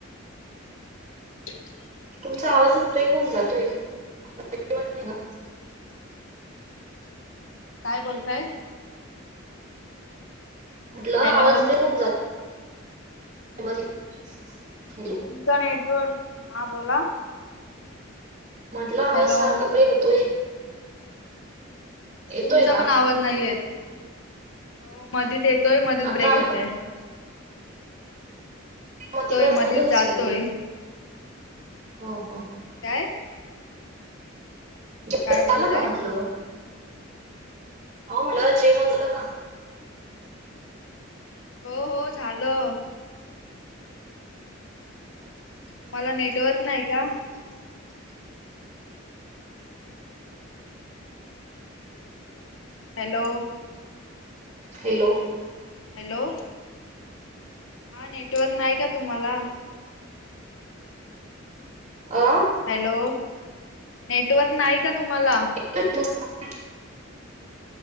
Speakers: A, on the left; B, on the right.
A: <inaudible>
B: तुमचा आवाजच ब्रेक होऊन जातोय. समजत नाही का?
A: काय बोलताय.
B: म्हटलं
A: हॅलो
B: आवाज ब्रेक होऊन जातो. <inaudible>
A: तुमचं नेटवर्क, हां बोला.
B: म्हटलं आवाज
A: हॅलो
B: सारखा ब्रेक होतोय. येतोय
A: तुमचा
B: का
A: पण आवाज नाही येत. हो मधीच येतोय मधिच
B: आता
A: ब्रेक
B: आला
A: होतय.
B: का
A: येतोय
B: म तीकडच
A: मधीत
B: पण तसच
A: जातोय
B: व्हायला. हो हो
A: काय?
B: जेवन
A: काय बोलताय
B: झालं का म्हटलं? आहो म्हटलं जेवण झालं का?
A: हो हो झालं. तुम्हाला नेटवर्क नाही का? हॅलो.
B: Hello
A: hello. हा नेटवर्क नाही का तुम्हाला?
B: अ <inaudible>
A: हॅलो! नेटवर्क नाही का तुम्हाला?
B: <inaudible>